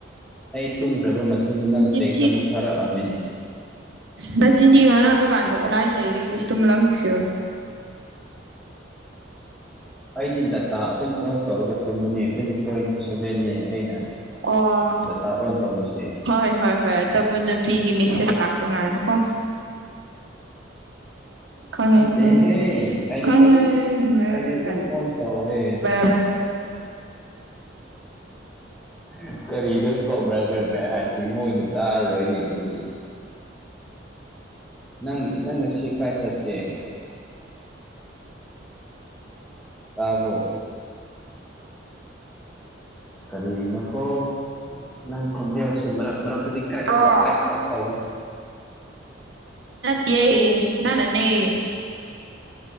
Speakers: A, in the centre; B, on the right.
A: ꯑꯩ ꯇꯨꯝꯈ꯭ꯔꯕ ꯃꯇꯨꯡꯗ ꯅꯪ
B: ꯅꯆꯤꯟ
A: ꯇꯦꯛꯁ ꯑꯃꯨꯛ ꯊꯥꯔꯛꯑꯝꯃꯤꯅꯦ
B: ꯅꯤꯟꯗꯤꯣ ꯅ ꯑꯗꯨꯀꯥꯟꯗ ꯑꯣꯟꯂꯥꯏꯟ ꯂꯩꯔꯤ ꯀꯩꯁꯨ ꯇꯨꯝꯂꯝꯈꯤꯔꯣ
A: ꯑꯩꯗꯤ ꯗꯇꯥ ꯑꯗꯨꯝ ꯑꯣꯟ ꯇꯧꯔꯒ ꯇꯨꯝꯕꯅꯦ ꯇ꯭ꯋꯦꯟꯇꯤ ꯐꯣꯔ ꯏꯟꯇꯨ ꯁꯕꯦꯟꯅꯦ ꯑꯩꯅ
B: ꯑꯣ
A: ꯗꯇꯥ ꯑꯣꯟ ꯇꯧꯔꯤꯁꯦ
B: ꯍꯣꯏ ꯍꯣꯏ ꯍꯣꯏ ꯑꯇ ꯄꯨꯅꯄꯤꯤ ꯒꯤ ꯃꯦꯁꯦꯁ ꯂꯥꯛꯄ ꯉꯥꯏꯕꯀꯣ ꯈꯉꯦ
A: ꯅꯠꯇꯦꯍꯦ
B: ꯈꯉꯦ
A: ꯑꯩꯗꯤ
B: ꯈꯉꯦ
A: ꯑꯗꯨꯝ ꯑꯩꯗꯤ ꯑꯗꯨꯝ ꯑꯣꯟ ꯇꯧꯋꯦ
B: <unintelligible>
A: ꯎ ꯀꯔꯤꯗ ꯇ꯭ꯔꯕꯒꯗ꯭ꯔꯦ ꯍꯥꯏꯗꯤ ꯃꯣꯏꯅ ꯇꯥꯔꯔꯣꯏꯅꯦ ꯑꯗꯨꯗꯤ ꯅꯪ ꯅꯪ ꯉꯁꯤ ꯀꯥꯏ ꯆꯠꯇꯦ ꯇꯥꯕ꯭ꯔꯣ ꯀꯔꯤꯅꯈꯣ ꯅꯪ ꯐꯖꯁꯨꯔ ꯃꯔ ꯊꯗꯤ ꯀ꯭ꯔꯦ
B: ꯔꯣ
A: ꯀ ꯂꯣ ꯀ꯭ꯔꯦꯀ ꯂꯣ ꯇ ꯑꯣꯏ
B: ꯇꯤꯦ ꯅꯅꯥꯅꯦꯦ